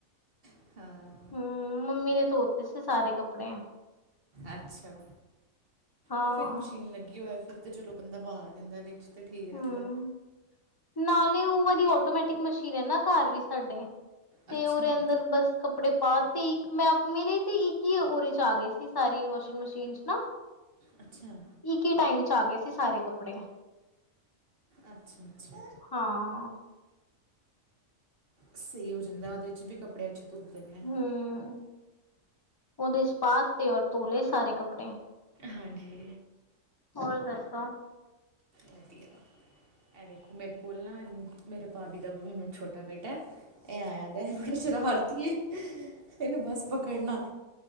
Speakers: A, on the right (about 45°); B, on the left (about 20°).
A: ਹਾਂ।
B: ਹੂੰ, ਮੰਮੀ ਨੇ ਤੋਤੇ ਸੀ। ਸਾਰੇ ਕੱਪੜੇ
A: ਅੱਛਾ,
B: ਹਾਂ
A: ਔ ਫਿਰ ਮਸ਼ੀਨ ਲੱਗੀ ਹੋਅ ਫਿਰ? ਅਤੇ ਚਲੋ, ਬੰਦਾ ਬਾ ਦਿੰਦਾ ਵਿੱਚ, ਤੇ ਠੀਕ
B: ਹੂੰ।
A: ਰੈਂਦਾ।
B: ਨਾਲੇ ਔ ਵਾਲੀ ਔਟੋਮੈਟਿਕ ਮਸ਼ੀਨ ਏ ਨਾ, ਕਰ ਵੀ ਸਾਡੇ। ਤੇ
A: ਅੱਛਾ
B: ਔਰੇ ਅੰਦਰ ਬੱਸ। ਕੱਪੜੇ ਪਾ, ਤੇ ਇੱਕ ਮੈਂ ਮੇਰੇ ਤੇ ਇੱਕ ਈ ਔਰੇ ਚ ਆ ਗਏ ਸੀ। ਸਾਰੀ ਵਾਸ਼ਿੰਗ ਮਸ਼ੀਨ ਚ ਨਾ। <inaudible> <unintelligible>
A: ਅੱਛਾ।
B: ਇੱਕ ਈ ਟਾਈਮ ਚ ਆ ਗੇ ਸੀ ਸਾਰੇ ਕੱਪੜੇ।
A: ਅੱਛਾ ਅੱਛਾ।
B: ਹਮ
A: ਸਈ ਔ ਜਾਂਦਾ ਔਦੇ 'ਚ ਵੀ ਕੱਪੜੇ, ਅੱਛੇ। ਧੁੱਪਦੇ ਨੇ
B: ਹੂੰ, ਔਦੇ ਚ ਪਾਤੇ ਔਰ ਤੋਲੇ ਸਾਰੇ ਕੱਪੜੇ।
A: ਹਾਂਜੀ।
B: ਹੋਰ ਦੱਸੋ।
A: ਵਧੀਆ। ਏ ਦੇਖੋ, ਮੇਰੇ ਕੋਲ ਨਾ, ਮੇਰੇ ਪਾਬੀ ਦਾ ਛੋਟਾ ਬੇਟਾ। ਏ ਆਇਆ ਦਾ, ਬੜਾ ਸ਼ਰਾਰਤੀ ਏ। ਏਨੂੰ ਬਸ ਪਕੜਨਾ।